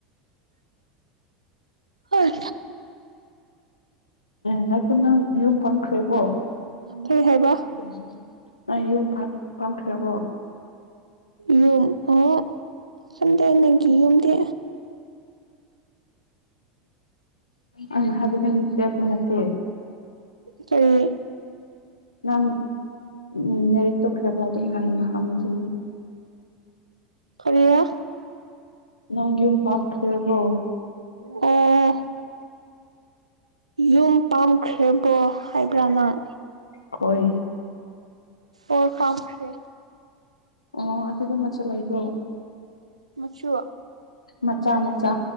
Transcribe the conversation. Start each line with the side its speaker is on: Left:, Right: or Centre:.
Right: ꯍꯣꯏ
Left: ꯉꯥꯏꯈꯣ ꯅꯪ ꯌꯨꯝ ꯐꯪꯈ꯭ꯔꯦꯕꯣ
Right: ꯀꯩ ꯍꯥꯏꯕ
Left: <unintelligible> ꯌꯨꯝ ꯄꯥꯝ ꯄꯥꯝꯈ꯭ꯔꯕꯣ
Right: ꯌꯨꯝ ꯑꯣ ꯈꯟꯗꯦ ꯅꯪꯒꯤ ꯌꯨꯝꯗꯤ
Left: ꯑꯩꯅ ꯍꯥꯏꯕꯗꯤ <unintelligible> ꯅꯠꯇꯦ
Right: ꯀꯔꯤ
Left: ꯅꯪ ꯎꯝ ꯂꯥꯏꯔꯤꯛꯇꯣ ꯈꯔ ꯈꯔ ꯑꯗꯨꯝ ꯂꯥꯏꯅ ꯍꯪꯡꯖꯅꯤ
Right: ꯀꯔꯤꯔꯥ
Left: ꯅꯪ ꯌꯨꯝ ꯄꯥꯝ ꯈꯔꯕ꯭ꯔꯣ
Right: ꯑꯣ ꯌꯨꯝ ꯄꯥꯝꯈ꯭ꯔꯦꯕꯣ ꯍꯥꯏꯕ꯭ꯔꯥ ꯅꯪ
Left: ꯍꯣꯏ
Right: ꯑꯣ ꯄꯥꯝꯈ꯭ꯔꯦ
Left: ꯑꯣ ꯑꯗꯨꯗꯤ ꯃꯆꯥ ꯂꯩꯀꯣ
Right: ꯃꯆꯨ
Left: ꯃꯆꯥ ꯃꯆꯥ